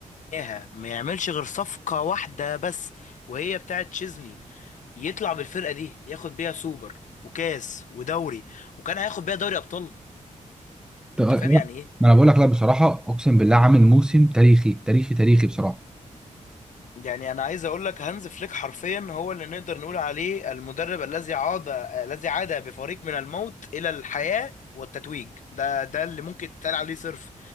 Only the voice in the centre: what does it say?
ط- لا،
ما انا بقول لك لا بصراحه اقسم بالله عامل موسم تاريخي تاريخي تاريخي بصراحه